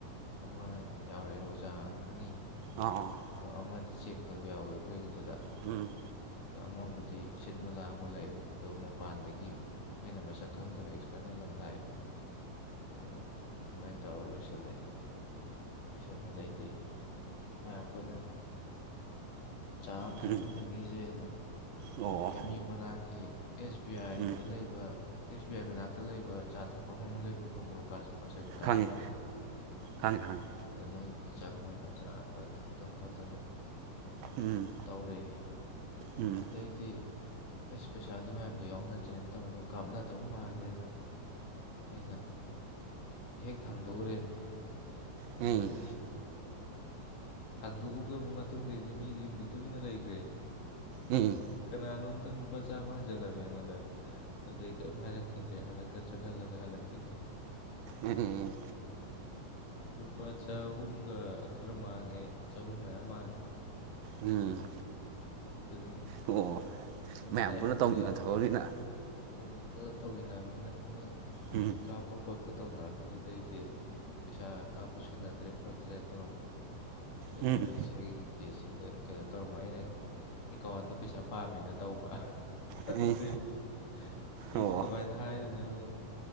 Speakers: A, on the left; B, on the right.
A: ꯑꯃ ꯌꯥꯎꯔꯑꯦ꯫ ꯑꯣꯖꯥ ꯑꯅꯤ
B: ꯑꯥꯑꫭ
A: ꯑꯗꯨ ꯑꯃꯗꯤ ꯆꯦꯛ ꯇꯧꯕꯥ ꯌꯥꯎꯋꯦ ꯑꯩꯈꯣꯏꯒꯤꯗꯨꯗꯥ
B: ꯎꯝ
A: ꯑꯗꯣ ꯑꯃꯕꯨꯗꯤ ꯁꯤꯟꯕ ꯂꯥꯡꯕ ꯂꯩꯔꯦ ꯑꯗꯨꯒꯥ ꯃꯄꯥꯟꯗꯒꯤ ꯑꯩꯈꯣꯏꯅꯥ ꯃꯁꯛ ꯈꯪꯗꯕ ꯑꯦꯛꯁꯇꯔꯅꯦꯜ ꯑꯃꯥꯒ ꯂꯥꯛꯑꯦ ꯑꯗꯨꯒꯥ ꯑꯗꯨꯃꯥꯏꯅ ꯇꯧꯔꯒ ꯂꯣꯏꯁꯤꯜꯂꯦ ꯂꯣꯏꯁꯤꯟꯕꯗꯩꯗꯤ ꯃꯌꯥꯝ ꯄꯨꯟꯅꯥ ꯆꯥ ꯑꯃ
B: ꯎꯝ
A: ꯊꯛꯃꯤꯟꯅ ꯈꯤꯁꯦꯅꯥ
B: ꯑꯣ
A: ꯑꯦꯝ ꯑꯎ ꯃꯅꯥꯛꯀꯤ ꯑꯦꯁ ꯕꯤ ꯑꯥꯏꯗ
B: ꯎꯝ
A: ꯂꯩꯕ ꯑꯦꯁ ꯕꯤ ꯑꯥꯏ ꯃꯅꯥꯛꯇ ꯂꯩꯕ ꯑꯆꯥꯥ ꯊꯛꯐꯝ ꯑꯃ ꯂꯩꯕꯗꯨ ꯈꯪꯕ꯭ꯔꯣ ꯀꯥꯟ ꯀꯣꯠꯆꯟ ꯀꯥꯠꯆꯤꯟꯒꯤ
B: ꯈꯪꯉꯦ ꯈꯪꯉꯦ ꯈꯪꯉꯦ
A: ꯑꯗꯨꯗ ꯥ ꯃꯣꯏꯒꯤꯗꯨꯗ ꯆꯪꯉꯒ ꯆꯥ ꯈꯔ ꯊꯛꯇꯅꯥ ꯈꯣꯠꯇꯥꯅ
B: ꯎꯝ
A: ꯇꯧꯔꯦ
B: ꯎꯝ
A: ꯑꯗꯩꯗꯤ ꯑꯥꯁ ꯄꯩꯁꯥꯗꫭ ꯃꯌꯥꯝꯗꯣ ꯌꯥꯎꯅꯗ꯭ꯔꯦꯅ ꯇꯧꯔꯒ ꯀꯥꯞꯅꯗꯧ ꯃꯥꯜꯂꯦꯅꯥ ꯑꯩꯅ ꯍꯦꯛ ꯊꯥꯡꯗꯣꯛ ꯎꯔꯦꯅꯦ ꯑꯗꯩꯗꯤ
B: ꯎꯝ
A: ꯊꯥꯡꯗꯣꯛꯎꯔꯕ ꯃꯇꯨꯡꯗꯩꯗꯤ ꯃꯤꯁꯤꯡꯁꯤꯡꯗꯨ ꯇꯨꯃꯤꯟꯅꯥ ꯂꯩꯈ꯭ꯔꯦ
B: ꯎꯝ
A: ꯀꯅꯥꯅꯣ ꯑꯃꯇꯪ ꯂꯨꯄꯥ ꯆꯥꯝꯃꯥ ꯍꯟꯖꯜꯂꯝꯃꯤ ꯑꯩꯉꯣꯟꯗꯥ ꯑꯗꯨꯗꯩ ꯀꯔꯤꯝ ꯍꯥꯏꯔꯛꯗ꯭ꯔꯦ ꯍꯂꯛꯀ꯭ꯗꯔ ꯈꯜꯔꯒꯥ ꯍꯟꯔꯛꯈꯤꯗꯔ°
B: ꯎꯝꯝ ꯝ
A: ꯂꯨꯄꯥ ꯆꯍꯨꯝꯒꯥ ꯈꯔ ꯃꯥꯡꯉꯦ ꯆꯍꯨꯝ ꯃꯌꯥ ꯃꯥꯡꯉꯦ ꯑꯩ
B: ꯎꯝ
A: ꯑꯗꯨꯨꯝꯒꯤ
B: ꯑꯣ꯫
A: ꯑꯩꯅ
B: ꯃꯌꯥꯝ
A: ꯇꯥꯏꯃꯤꯡꯁ
B: ꯄꯨꯟꯅ ꯇꯧꯃꯤꯟꯅꯕ ꯊꯕꯛꯅꯤꯅ
A: ꯄꯣꯄ ꯇꯧꯃꯤꯟꯅꯕꯅꯤꯅ ꯃꯣꯏ꯫
B: ꯎꯝ
A: ꯀꯥꯞꯄ ꯈꯣꯠꯄ ꯇꯧꯅꯔꯛꯄꯗꯨꯗꯩꯗꯤ__ ꯄꯩꯁꯥ ꯀꯥꯞꯄ ꯁꯨꯅꯗ꯭ꯔꯦ ꯈꯣꯠꯇ꯭ꯔꯦꯅ ꯇꯧꯔꯛꯄ꯫ ꯑꯗꯩꯗꯤ
B: ꯎꯝ
A: ꯑꯩꯁꯦ ꯑꯩꯒꯤ ꯀꯦꯁ ꯁꯤꯗ ꯀꯩꯅꯣ ꯇꯧꯔꯝꯃꯣ ꯑꯩꯅ ꯑꯦꯀꯥꯎꯟꯗ ꯄꯩꯁꯥ ꯄꯥꯝꯃꯤꯅ__ ꯇꯧꯕ
B: ꯎꯝ
A: ꯑꯗꯏꯗꯤ꯫ ꯑꯩꯁꯨ
B: ꯑꯣ
A: ꯀꯃꯥꯏꯅ ꯍꯥꯏꯔꯤꯅꯣ